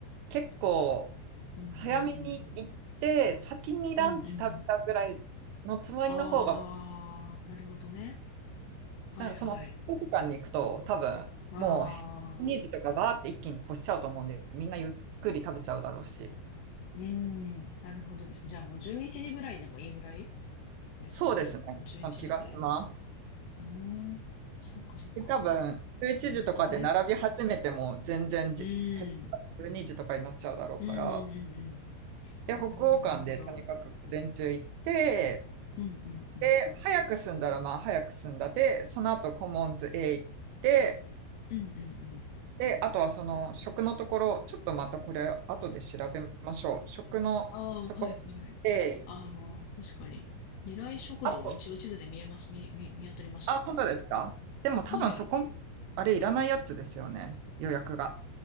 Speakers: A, on the right; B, on the left.
A: 結構、
B: うんうんうん。
A: 早めに行って、先にランチ食べちゃうぐらいのつもりの方が、
B: うんうん。ああ、なるほどね。はいはい。
A: なんかそのピーク時間に行くと、多分も
B: ああ、
A: う2時とかバーって一気に越しちゃうと思うんで、みんなゆっくり食べちゃうだろうし。
B: うん。なるほどです。じゃあもう11時ぐらいでもいいぐらいですかね。
A: そうですね。
B: 11時で。
A: まあ気がします。
B: うーん。そっかそっか。
A: で多分、
B: あ、
A: 11時とかで並び始めても全然じ減った12時とかになっちゃうだろうから。
B: なるほどね。うん。うんうんうんうん。
A: で、
B: なるほど、
A: 北欧館でとにかく午前中行って、
B: なるほど。うんうんうん。
A: で、早く済んだらまあ早く済んだで、その後コモンズへ行って、
B: うんうんうん。
A: で、あとはその食のところ、ちょっとまたこれ後で調べましょう。食のところで、
B: ああ、はいはい。ああ、確かに。未来食堂、
A: あ、
B: 一応地図で見えます、見、見、見当たりました。
A: あ、本当ですかでも多分そこも、
B: はい。
A: あれいらないやつですよね、予約が。